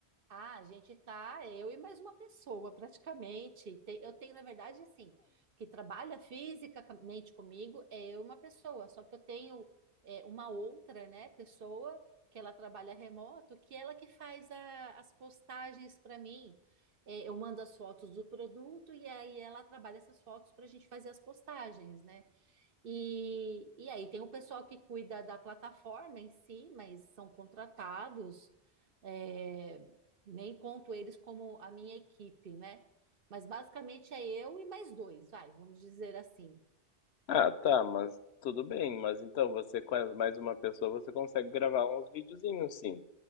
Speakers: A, on the right; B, on the left.
A: Ah, a gente tá, eu e mais uma pessoa, praticamente. Tem- Eu tenho, na verdade, assim, que trabalha fisicamente comigo, é eu e uma pessoa, só que eu tenho é, uma outra, né, pessoa que ela trabalha remoto, que ela que faz a- as postagens para mim. É, eu mando as fotos do produto e aí ela trabalha essas fotos para a gente fazer as postagens, né? E, e aí tem o pessoal que cuida da plataforma em si, mas são contratados, é, nem conto eles como a minha equipe, né? Mas basicamente é eu e mais dois, vai, vamos dizer assim.
B: Ah, tá, mas tudo bem. Mas então você com mais uma pessoa, você consegue gravar uns videozinhos, sim.